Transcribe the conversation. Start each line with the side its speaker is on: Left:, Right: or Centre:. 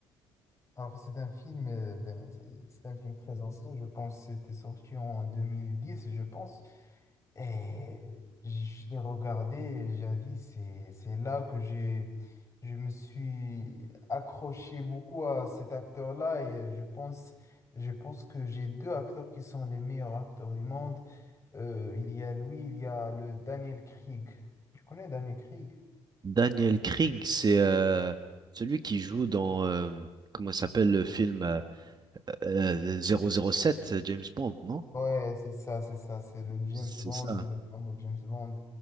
Left: Alors c'est un film, euh, ben, c'est c'est un film très ancien, je pense que c'était sorti en deux mille dix je pense. Et je l'ai regardé et j'ai dit, c'est, c'est là que j'ai, je me suis accroché beaucoup à cet acteur-là et euh, je pense, je pense que j'ai deux acteurs qui sont les meilleurs acteurs du monde. Euh, il y a lui, il y a le Daniel Craig. Tu connais Daniel Craig?
Right: Daniel Craig, c'est euh, celui qui joue dans, euh, comment ça s'appelle le film euh, euh, 007, James Bond, non?
Left: Ouais, c'est ça, c'est ça, c'est le James
Right: C'est
Left: Bond,
Right: ça.
Left: le fameux James Bond.